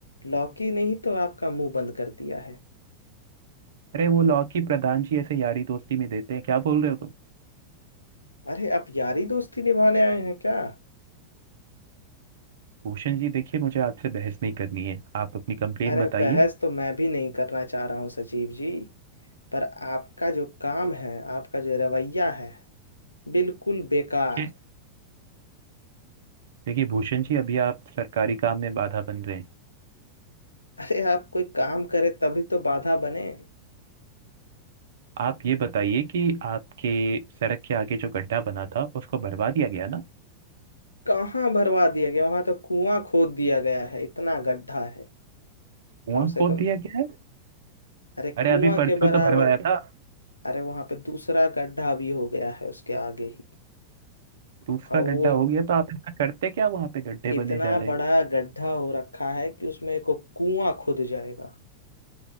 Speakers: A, on the left; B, on the right.
A: लौकी नहीं तो आपका मुंह बंद कर दिया है
B: अरे वो लॉकी प्रधान जी ऐसे यारी दोस्ती में देते हैं क्या बोल रहे हो तुम
A: अरे आप यारी दोस्ती निभाने आए हैं क्या
B: भूषण जी देखिए मुझे आपसे बहस नहीं करनी है आप अपनी कंप्लेन
A: अरे
B: बताइए
A: बहस तो मैं भी नहीं करना चाह रहा हूँ सचिव जी पर आपका जो काम है आपका जो रवैया है बिल्कुल बेकार
B: देखिए देखिए भूषण जी अभी आप सरकारी काम में बाधा बन रहे हैं
A: अरे आप कोई काम करे तभी तो बाधा बने
B: आप ये बताइए कि आपके सड़क के आगे जो गड्ढा बना था उसको भरवा दिया गया ना
A: कहाँ भरवा दिया गया वहां तो कुआं खोद दिया गया है इतना गड्ढा है
B: कुआं
A: कम से
B: खोद
A: कम
B: दिया गया है
A: अरे कुआं
B: अरे अभी परसों
A: के बराबर
B: तो भरवाया था
A: अरे वहां पे दूसरा गड्ढा भी हो गया है उसके आगे ही
B: दूसरा
A: और वो
B: गड्ढा हो गया तो आप ऐसा करते क्या वहां पे गड्ढे
A: इतना
B: बने जा रहे
A: बड़ा
B: हैं
A: गड्ढा हो रखा है कि उसमें को कुआं खुद जाएगा